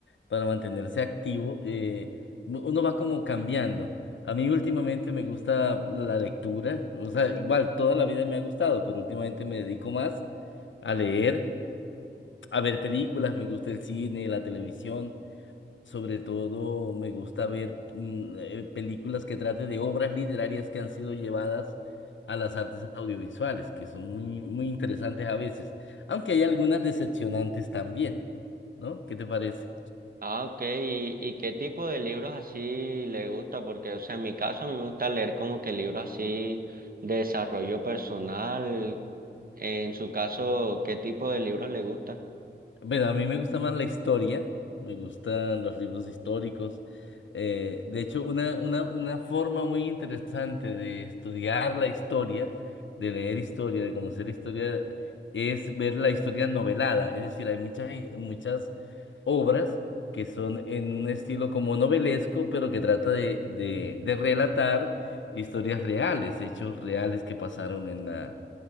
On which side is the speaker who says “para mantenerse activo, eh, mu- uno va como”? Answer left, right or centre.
Left